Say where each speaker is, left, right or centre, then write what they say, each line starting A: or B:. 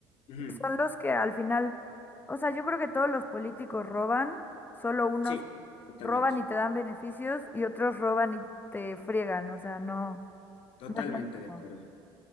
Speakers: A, on the left; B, on the left.
A: Ujú,
B: son los que al final, o sea, yo creo que todos los políticos roban, solo unos
A: Sí, totalmente.
B: roban y te dan beneficios y otros roban y te friegan, o sea, no,
A: Totalmente
B: no es lo mismo.
A: de acuerdo.